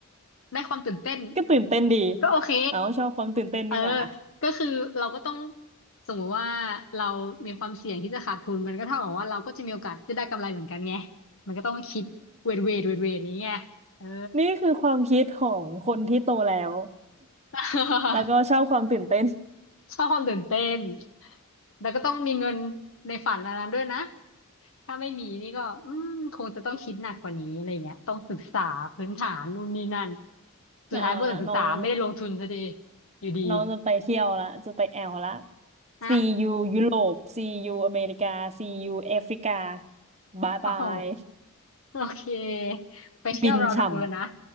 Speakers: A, on the left (about 65°); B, on the right (about 30°).
A: ได้ความตื่นเต้น
B: <laughs> ก็ตื่นเต้นดี
A: ก็โอเค
B: เอ้าชอบความตื่นเต้นนี่หว่า
A: เออก็คือเราก็ต้องสมมติว่าเรามีความเสี่ยงที่จะขาดทุนมันก็เท่ากับว่าเราก็จะมีโอกาสที่จะได้กำไรเหมือนกันไงมันก็ต้องคิดเวทเวทเวทเวทอย่างเงี้ยเออ
B: นี่คือความคิดของคนที่โตแล้ว
A: <laughs>
B: แล้วก็ชอบความตื่นเต้น
A: ชอบความตื่นเต้นแล้วก็ต้องมีเงินในฝันอันนั้นด้วยนะถ้าไม่มีนี่ก็อืมคงจะต้องคิดหนักกว่านี้อะไรเงี้ยต้องศึกษาพื้นฐานนู่นนี่นั่นสุดท้ายบริษัทศึกษาไม่ได้ลงทุนซะดี
B: มาเอาละน้อง
A: อยู่ดี
B: น้องจะไปเที่ยวละจะไปแอลละ
A: นะ
B: See you ยยุโรป See you อเมริกา See you แอฟริกาบายบาย
A: โอ้โห โอเค ไปเที่ยวเราเดอะเวิลด์นะ
B: บินช่